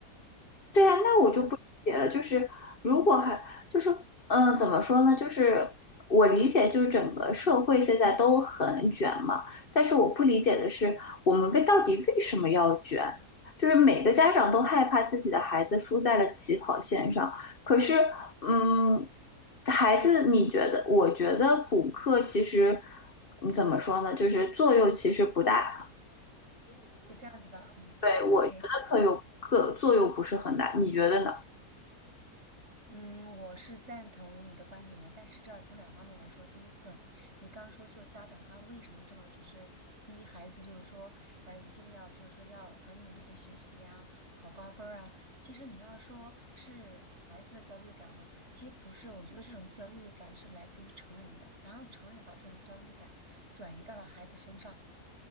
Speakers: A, on the left; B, on the right.
A: 对啊，那我就不理解了。
B: 就
A: 就是如果还就是嗯，怎么说呢？就是我理解，就是整个社会现在都很卷嘛。但是我不理解的是，我们为到底为什么要卷？就是每个家长都害怕自己的孩子输在了起跑线上。可是，嗯，孩子，你觉得？我觉得补课其实，嗯怎么说呢？就是作用其实不大。
B: 就这样子的。嗯，OK，
A: 对，我觉得课有课作用不是很大，你觉得呢？
B: 嗯，我是赞同你的观点的，但是这要从两方面来说。第一个，你刚刚说就家长他为什么这么就是逼孩子，就是说呃一定要就是说要很努力的学习呀、考高分儿啊。其实你要说是孩子的焦虑感吗？其实不是，我觉得这种焦虑感是来自于成人的，然后成人把这种焦虑感转移到了孩子身上。